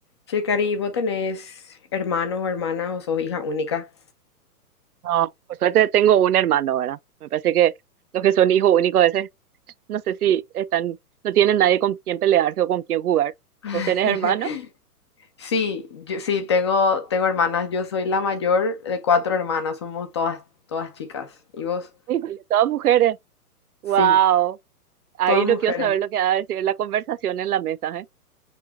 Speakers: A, on the left; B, on the right.
A: Che, Cari, ¿vos tenés hermanos o hermanas o sos hija única?
B: No, por suerte tengo un hermano, ¿verdad? Me parece que los que son hijos únicos a veces no sé si están, no tienen nadie con quien pelearse o con quien jugar.
A: <laughs>
B: ¿Vos tenés hermano?
A: Sí, yo, sí, tengo, tengo hermanas. Yo soy la mayor de cuatro hermanas. Somos todas, todas chicas. ¿Y vos?
B: Híjole, todas mujeres. Wow.
A: Sí,
B: Ahí
A: todas
B: no
A: mujeres.
B: quiero saber lo que va a decir la conversación en la mesa, ¿eh?